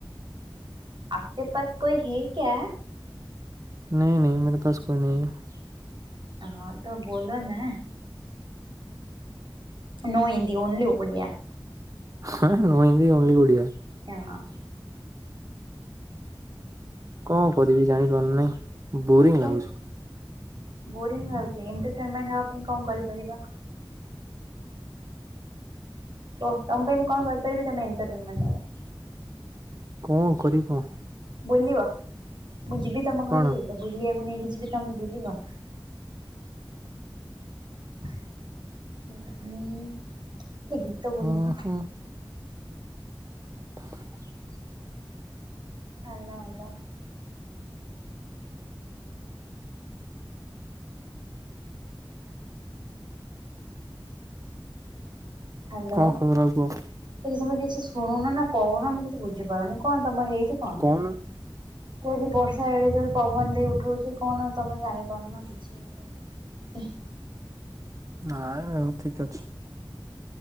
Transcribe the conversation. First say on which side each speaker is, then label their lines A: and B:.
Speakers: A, on the right; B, on the right.
A: ଆପ୍ କେ ପାସ୍ କୋଇ ହେ କ୍ୟା।
B: ନେହିଁ ନେହିଁ ମେରେ ପାସ୍ କୋଇ ନେହିଁ ହେ।
A: ହଁ ତୋ ବୋଲୋନା। No Hindi only Odia.
B: ହୁଁ ହୁଁ ନୋ ହିନ୍ଦୀ ଓନ୍ଲି ଓଡିଆ।
A: ଏଁ ଅଁ
B: କଅଁ କରିବି ଜାଣିପାରୁନେଇଁ ବୋରିଂ
A: ହଁ
B: ଲାଗୁଚି।
A: ବୋରିଂ ଲାଗୁଚି ଏଣ୍ଟରଟେନମେଣ୍ଟ ହବା ପାଇଁ କଅଁ କରିପାରିବା। କୁଅ ତମ ପାଇଁ ମୁଁ କଣ୍ କରିପାରିବି ତମେ ଏଣ୍ଟରଟେନମେଣ୍ଟ ହବ।
B: କଅଁ କରିବ।
A: ବୁଲିବ ମୁଁ ଯିବି ତମ ଘରୁକୁ
B: କଣ?
A: ଏକା ବୁଲିଆକୁ ନେଇକି ଯିବି? ତମେ ବୁଲିବ? ହୁଁ ଉଁ ଉଁ ଗୋଟେ ଗୀତ
B: ଉଁ
A: ବୋଲୁନ।
B: ହୁଁ <inaudible>
A: ହାଲୋ ହାଲୋ। ହାଲୋ।
B: କଣ
A: <unintelligible>
B: ଖବର ଆଉ କୁହ
A: ତମେ କିଛି ଶୁଣୁନନା କହୁନା ମୁଁ କିଛି ବୁଝିପାରୁନି କଣ ତମର ହେଇଚି କଣ?
B: କହୁନ?
A: ଯଦି ବର୍ଷା ଏଡ଼େ ଯୋରେ ପବନ ଦେଇ ଉଠଉଚି କଣ ତମେ ଜାଣିପାରୁନ କିଛି। <unintelligible>
B: ନାଇଁ ମୁଁ ଠିକ ଅଛି।